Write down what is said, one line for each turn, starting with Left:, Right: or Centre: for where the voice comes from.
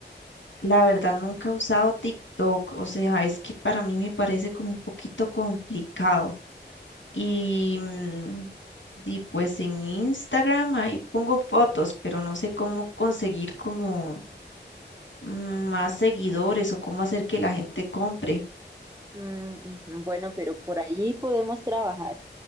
Left: La verdad, nunca he usado TikTok, o sea, es que para mí me parece como un poquito complicado. Y, mm, di, pues en Instagram ahí pongo fotos, pero no sé cómo conseguir como mm, más seguidores o cómo hacer que la gente compre.
Right: Mm, ujú, bueno, pero por ahí podemos trabajar.